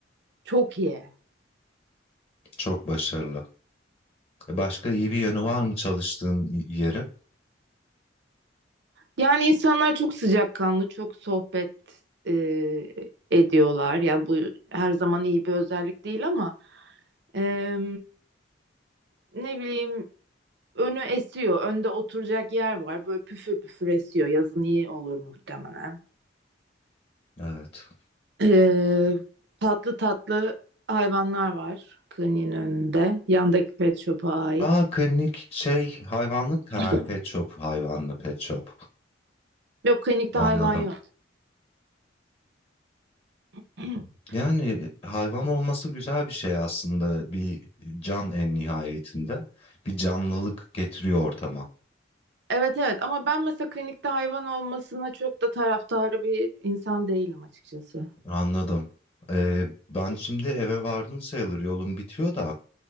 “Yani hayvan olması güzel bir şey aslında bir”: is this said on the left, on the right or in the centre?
Left